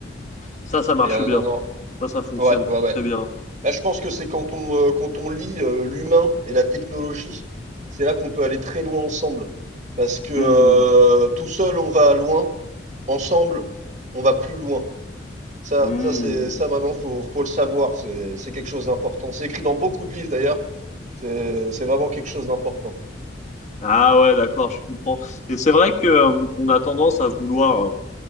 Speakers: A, on the left; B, on the right.
A: Ça, ça marche
B: et, euh,
A: bien.
B: non, non.
A: Ça, ça fonctionne
B: Ouais,
A: très
B: ouais,
A: très
B: ouais.
A: bien.
B: Là, je pense que c'est quand on, euh, quand on lie euh, l'humain et la technologie, c'est là qu'on peut aller très loin ensemble. Parce que euh,
A: Hmm.
B: tout seul, on va loin. Ensemble, on va plus loin. Ça,
A: Hmm.
B: ça, c'est, ça vraiment, faut, faut le savoir. C'est, c'est quelque chose d'important. C'est écrit dans beaucoup de livres, d'ailleurs. C'est, c'est vraiment quelque chose d'important.
A: Ah ouais, d'accord, je comprends. Et c'est vrai que euh, on a tendance à vouloir euh,